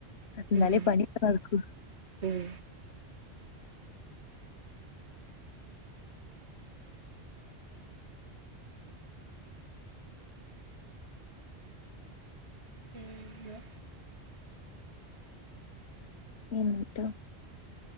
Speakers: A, on the left; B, on the right.
A: ഇന്നാലേ
B: ഉം
A: പണി ഒക്കെ നടക്കൂ.
B: ഉം. പിന്നെ
A: എണീറ്റോ